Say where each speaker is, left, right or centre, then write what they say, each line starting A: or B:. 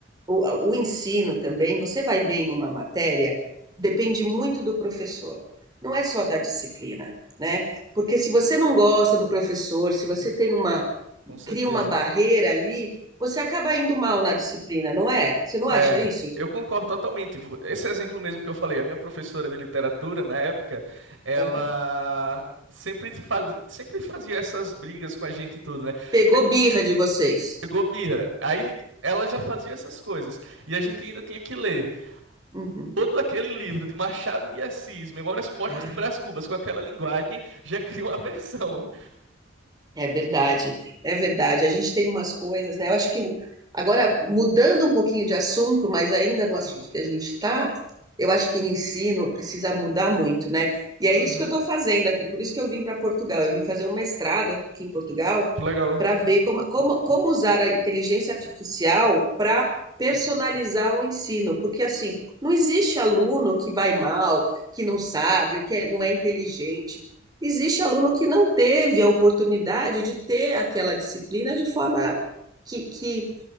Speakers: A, on the right (about 20°); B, on the right (about 80°).
A: o, ah, o ensino também, você vai bem numa matéria, depende muito do professor. Não é só da disciplina, né? Porque se você não gosta do professor, se você tem uma,
B: com certeza.
A: cria uma barreira ali, você acaba indo mal na disciplina, não é? Você não
B: É,
A: acha isso?
B: eu concordo totalmente. Esse exemplo mesmo que eu falei, a minha professora de literatura, na época, ela
A: Ju?
B: sempre, faz... sempre fazia essas brigas com a gente e tudo, né?
A: Pegou
B: Aí
A: birra de vocês.
B: pegou birra. Aí ela já fazia essas coisas. E a gente ainda tinha que ler.
A: Uhum.
B: todo aquele livro de Machado de Assis, Memórias Póstumas
A: Ai,
B: de Brás Cubas, com aquela linguagem, já cria uma versão.
A: É verdade, é verdade. A gente tem umas coisas, né? Eu acho que o- agora, mudando um pouquinho de assunto, mas ainda no
B: Sim.
A: assunto que a gente está, eu acho que o ensino precisa mudar muito, né? E é
B: Uhum.
A: isso que eu estou fazendo aqui, por isso que eu vim para Portugal. Eu vim fazer um mestrado aqui em Portugal
B: Que legal.
A: para ver como, como, como usar a inteligência artificial para personalizar o ensino, porque assim, não existe aluno que vai mal, que não sabe, o que é- não é inteligente. Existe aluno que não teve a oportunidade de ter aquela disciplina de forma que, que,